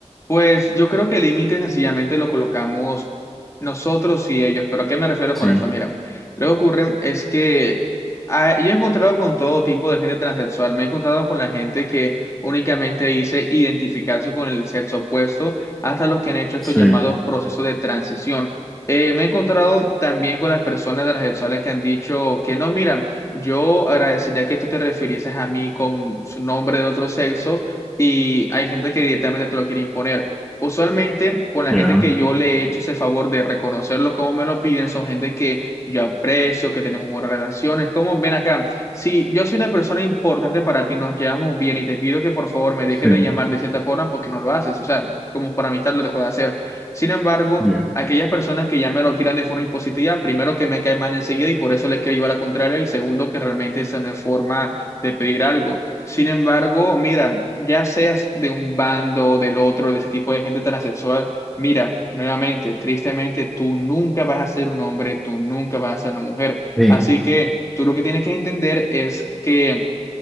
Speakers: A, on the left; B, in the centre.
A: Pues yo creo que el límite sencillamente lo colocamos nosotros y ellos, pero ¿a qué me refiero
B: Sí,
A: con esto? Mira, lo que ocurre es que ah, yo he encontrado con todo tipo de gente transexual, me he encontrado con la gente que únicamente dice identificarse con el sexo opuesto, hasta los que han hecho esto
B: sí,
A: llamado proceso de transición. Eh, me he encontrado también con las personas transexuales que han dicho que no, mira, yo agradecería que tú te refirieses a mí con su nombre de otro sexo y hay gente que directamente te lo quiere imponer. Usualmente, con la
B: ya,
A: gente que yo le he hecho ese favor de reconocerlo como me lo piden, son gente que yo aprecio, que tenemos buenas relaciones. Como ven acá, si yo soy una persona importante para ti, nos llevamos bien y te pido que por favor me dejes
B: sí,
A: de llamar de cierta forma porque no lo haces. O sea, como por amistad lo dejo de hacer. Sin embargo,
B: ya,
A: aquellas personas que ya me lo tiran de forma impositiva, primero que me cae mal enseguida y por eso les quiero llevar a la contraria, y segundo que realmente es una forma de pedir algo. Sin embargo, mira, ya seas de un bando, del otro, de ese tipo de gente transexual, mira, nuevamente, tristemente, tú nunca vas a ser un hombre, tú nunca vas a ser una mujer.
B: Sí.
A: Así que tú lo que tienes que entender es que